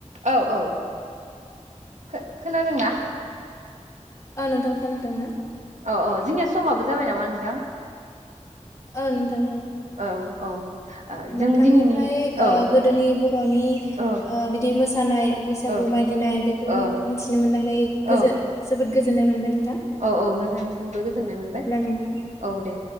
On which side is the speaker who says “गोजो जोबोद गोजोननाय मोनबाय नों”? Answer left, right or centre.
Left